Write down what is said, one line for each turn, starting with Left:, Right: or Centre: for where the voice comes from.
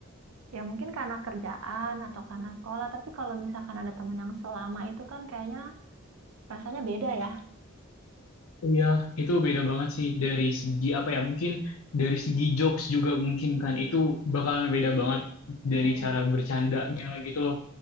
Right: ya mungkin karena kerjaan atau karena sekolah. Tapi kalau misalkan ada temen yang selama itu kan kayaknya rasanya beda ya.
Left: Iya, itu beda banget sih dari segi apa ya? Mungkin dari segi jokes juga mungkin kan itu bakalan beda banget dari
Right: Iya.
Left: cara bercandanya gitu loh.